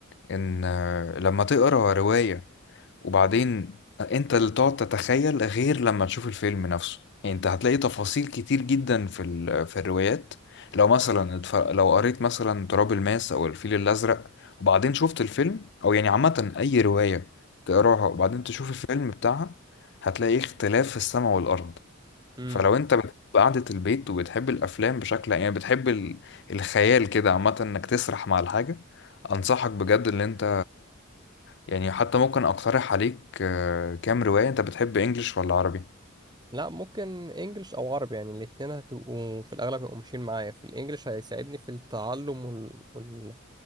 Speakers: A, on the left (about 60°); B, on the right (about 20°).
A: ان آه، لما تقرا رواية وبعدين انت اللي تقعد تتخيل غير لما تشوف الفيلم نفسه يعني انت هتلاقي تفاصيل كتير جدا في ال... في الروايات لو مثلا اتف... لو قريت مثلا تراب الماس او الفيل الازرق وبعدين شفت الفيلم او يعني عامة اي رواية تقراها وبعدين تشوف الفيلم بتاعها هتلاقي اختلاف في السماء والارض
B: امم
A: فلو انت بتحب قعدة البيت وبتحب الافلام بشكل يعني بتحب ال- الخيال كده عامة انك تسرح مع الحاجة انصحك بجد ان انت يعني حتى ممكن اقترح عليك آه، كام رواية انت بتحب انجليش ولا عربي
B: لا ممكن انجلش او عربي يعني الاتنين هتبقوا في الاغلب هيبقوا ماشيين معايا في الانجليش هيساعدني في التعلم وال... وال...